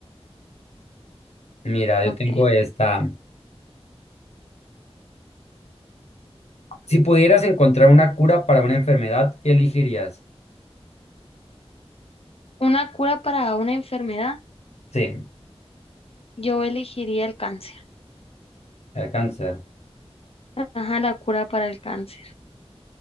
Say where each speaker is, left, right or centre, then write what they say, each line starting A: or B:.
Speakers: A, on the left; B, on the left.
A: Mira,
B: ok.
A: yo tengo esta. Si pudieras encontrar una cura para una enfermedad, ¿qué elegirías?
B: Una cura para una enfermedad.
A: Sí,
B: Yo elegiría el cáncer.
A: el cáncer.
B: Ajá, la cura para el cáncer.